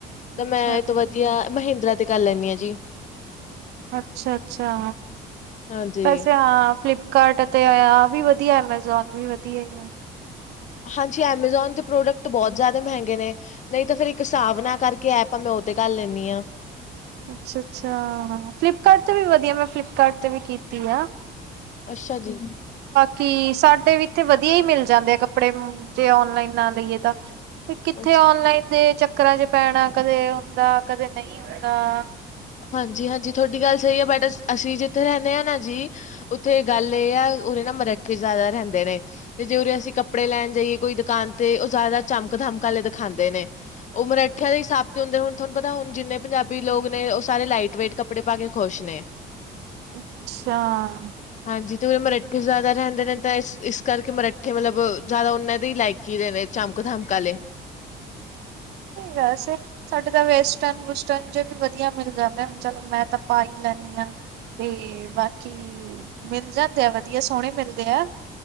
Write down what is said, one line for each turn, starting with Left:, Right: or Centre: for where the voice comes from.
Left: ਤਾਂ
Right: ਅੱਛਾ,
Left: ਮੈਂ ਇਹ ਤੋਂ ਵਧੀਆ ਮਹਿੰਦਰਾ ਤੇ ਕਰ ਲੈਂਦੀ ਹਾਂ ਜੀ,
Right: ਅੱਛਾ-ਅੱਛਾ
Left: ਹਾਂਜੀ
Right: ਵੈਸੇ ਹਾਂ ਫਲਪ ਕਾਰਟ ਅਤੇ ਆਹ ਵੀ ਵਧੀਆ ਐਮਾਜ਼ੋਨ ਵੀ ਵਧੀਆ ਆ।
Left: ਹਾਂਜੀ ਐਮਾਜ਼ੋਨ ਤੇ ਪ੍ਰੋਡਕਟ ਬਹੁਤ ਜ਼ਿਆਦਾ ਮਹਿੰਗੇ ਨੇ ਨਹੀਂ ਤਾਂ ਫੇਰ ਇੱਕ ਹਿਸਾਬ ਨਾਲ ਕਰਕੇ ਆ ਆਪਾਂ ਮੈਂ ਉਹ ਤੇ ਕਰ ਲੈਂਦੀ ਹਾਂ
Right: ਅੱਛਾ-ਅੱਛਾ ਹਾਂ ਫਲਿੱਪਕਾਰਟ 'ਤੇ ਵੀ ਵਧੀਆ ਮੈਂ ਫਲਿੱਪਕਾਰਟ 'ਤੇ ਵੀ ਕੀਤੀ ਆ।
Left: ਅੱਛਾ ਜੀ,
Right: ਕਿ ਸਾਡੇ ਵੀ ਇੱਥੇ ਵਧੀਆ ਹੀ ਮਿਲ ਜਾਂਦੇ ਆ ਕੱਪੜੇ ਜੇ ਔਨਲਾਈਨ ਨਾ ਲਈਏ ਤਾਂ, ਤੇ ਕਿੱਥੇ
Left: ਅੱਛਾ
Right: ਔਨਲਾਈਨ ਦੇ ਚੱਕਰਾਂ ਚ ਪੈਣਾ ਕਦੇ ਹੁੰਦਾ ਕਦੇ ਨਹੀਂ ਹੁੰਦਾ।
Left: ਹਾਂਜੀ-ਹਾਂਜੀ ਤੁਹਾਡੀ ਗੱਲ ਸਹੀ ਆ ਬਟ ਅਸੀਂ ਜਿੱਥੇ ਰਹਿੰਦੇ ਹਾਂ ਨਾ ਜੀ ਉੱਥੇ ਗੱਲ ਇਹ ਆ। ਨਾ ਮਰੱਖੇ ਜਿਆਦਾ ਰਹਿੰਦੇ ਨੇ ਤੇ ਜੇ ਉਹਦੇ ਅਸੀਂ ਕੱਪੜੇ ਲੈਣ ਜਾਈਏ ਕੋਈ ਦੁਕਾਨ ਤੇ ਉਹ ਜ਼ਿਆਦਾ ਚਮਕ ਦਮਕ ਕੇ ਦਿਖਾਉਂਦੇ ਨੇ ਉਹ ਮਰਾਠਿਆਂ ਦੇ ਹੀ ਸਾਬ ਤੇ ਹੁੰਦੇ ਹੁਣ ਤੁਹਾਨੂੰ ਪਤਾ ਹੁਣ ਜਿੰਨੇ ਪੰਜਾਬੀ ਲੋਕ, ਨੇ ਉਹ ਸਾਰੇ ਲਾਈਟ ਵੇਟ ਕੱਪੜੇ ਪਾ ਕੇ ਖ਼ੁਸ਼ ਨੇ,
Right: ਅੱਛਾ।
Left: ਹਾਂਜੀ ਤੇ ਉਰੇ ਮਰੱਠੇ ਜ਼ਿਆਦਾ ਰਹਿੰਦੇ ਨੇ ਤਾਂ ਇਸ ਇਸ ਕਰਕੇ ਮਰੱਠੇ ਮਤਲਬ ਜ਼ਿਆਦਾ ਉਹਨਾਂ ਦੇ ਲਾਇਕ ਹੀ ਨੇ ਚਮਕ ਧਮਕ ਆਲੇ
Right: <unintelligible> ਵੈਸੇ ਸਾਡੇ ਤਾਂ ਵੈਸਟਰਨ ਵਸਟਰਨ ਜੇ ਵੀ ਵਧੀਆ ਮਿਲ ਜਾਂਦਾ ਹੁਣ ਚਲੋ ਮੈਂ ਤਾਂ ਪਾਈ ਲ ਤੇ ਬਾਕੀ ਮਿਲ ਜਾਂਦੇ ਆ ਵਧੀਆ ਸੋਹਣੇ ਮਿਲਦੇ ਆ।